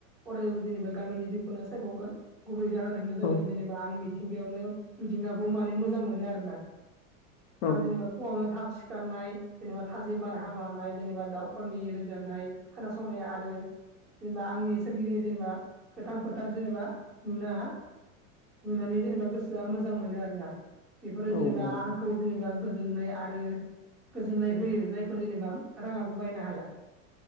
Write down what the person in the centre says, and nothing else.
अरायबो जेनेबा गामिनि जिउखौनो सायख'गोन गुबै जाहोना नो जादों
जेनेबा आं मिथिंगायावनो मिथिंगाखौ माने मोजां मोनो आरोना।
आं जेनेबा फुङावनो थाब सिखारनाय जेनेबा थाजिम बार हां लानाय जेनेबा दाउफोरनि रोजाबनाय खोनासंनाया आरो जेनेबा आंनि सोरगिदिं जेनेबा गोथां फोथार जेनेबा नुना नुनानै जेनेबा गोसोआ मोजां मोनो आरो ना बेफोरो
जेनेबा आं खौ जेनेबा गोजोननाय आरो गोजोननाय होयो जायखौ जेनेबा राङाबो बायनो हाया।